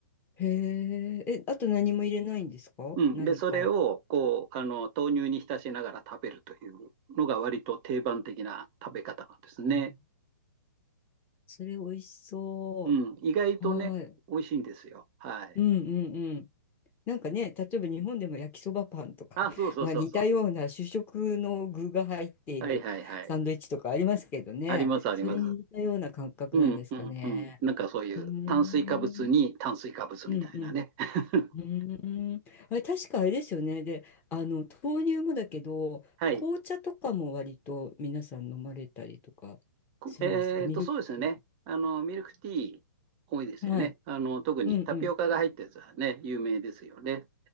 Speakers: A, on the left (about 20°); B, on the right (about 30°).
A: へえ、え、あと何も入れないんですか何か。
B: うん。で、それを、こう、あの、豆乳に浸しながら食べるというのが割と定番的な食べ方なんですね。
A: あ、それ美味しそ
B: うん。意外とね、
A: う。はい。
B: 美味しいんですよ。はい。
A: うんうんなんかね、例えば日本でも焼きそばパンとか、
B: あ、
A: <laughs>
B: そうそうそうそう。
A: まあ、似たような主食の具が入っているサンドイッチとかありますけどね、
B: はいはいはい。あります、あります。
A: それに似たような感覚なんですかね。
B: うんうんうん。なんかそういう炭水化物に炭水化物みたいなね。
A: うーん、うんうん、
B: <laughs>
A: うーん。あれ、確かあれですよね。で、あの、豆乳もだけど、
B: はい。
A: 紅茶とかも割と皆さん飲まれたりとかするんでしたっけミルクティー。
B: こえっと、そうですよね。あの、ミルクティー多いですよね。
A: うん、はい。
B: あの、特にタピオカが入ったやつはね、
A: うんうん。
B: 有名ですよね。